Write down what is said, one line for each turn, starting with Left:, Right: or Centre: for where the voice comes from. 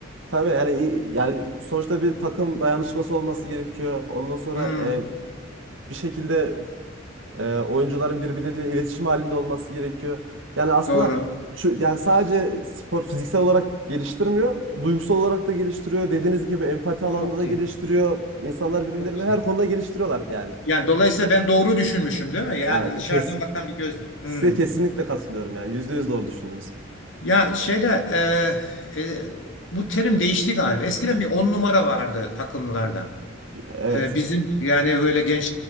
Right: Tabii yani i- yani sonuçta bir takım dayanışması olması gerekiyor. Ondan sonra
Left: Hmm,
Right: e, bir şekilde e, oyuncuların birbirleriyle iletişim halinde olması gerekiyor. Yani aslında
Left: doğru.
Right: şu yani sadece spor fiziksel olarak geliştirmiyor, duygusal olarak da geliştiriyor. Dediğiniz gibi empati alanında
Left: Çok
Right: da geliştiriyor.
Left: iyi.
Right: İnsanlar birbirlerini
Left: Çok güzel.
Right: her konuda geliştiriyorlar yani.
Left: Yani dolayısıyla ben doğru düşünmüşüm değil mi? Yani
Right: Ya
Left: dışarıdan
Right: kes
Left: bakan bir göz. Hmm.
Right: size kesinlikle katılıyorum yani. Yüzde yüz doğru düşündünüz.
Left: Ya şeyde e, e, bu terim değişti galiba. Eskiden bir on numara vardı takımlarda.
Right: Evet.
Left: E, bizim yani böyle genç